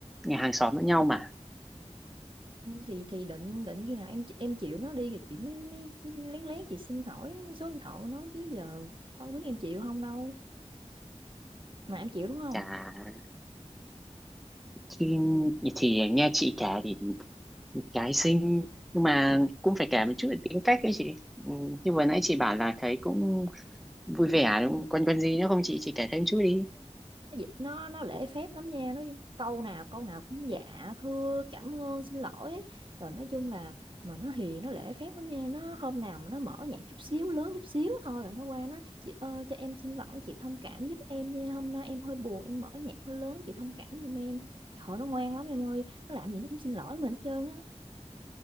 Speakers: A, in the centre; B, on the right.
A: Nhà hàng xóm lẫn nhau mà.
B: Không thì thì định định khi nào em em chịu nó đi rồi chị mới mới chị lén lén chị xin hỏi số điện thoại của nó chứ giờ đâu biết em chịu không đâu mà em chịu đúng không
A: Chà, thì, thì nghe chị kể thì gái xinh nhưng mà cũng phải kể một chút về tính cách ấy chị. Ừ, Như vừa nãy chị bảo là thấy cũng vui vẻ đúng không? Còn còn gì nữa không chị? Chị kể thêm chút đi.
B: nó dị- nó nó lễ phép lắm nha nó câu nào câu nào cũng dạ thưa cảm ơn xin lỗi ấy. rồi nói chung là mà nó hiền nó lễ phép lắm nha nó hôm nào mà nó mở nhạc chút xíu lớn chút xíu thôi là nó qua nó chị ơi cho em xin lỗi chị thông cảm giúp em nha hôm nay em hơi buồn em mở nhạc hơi lớn chị thông cảm giùm em trời ơi, nó ngoan lắm em ơi nó làm gì nó cũng xin lỗi mình hết trơn á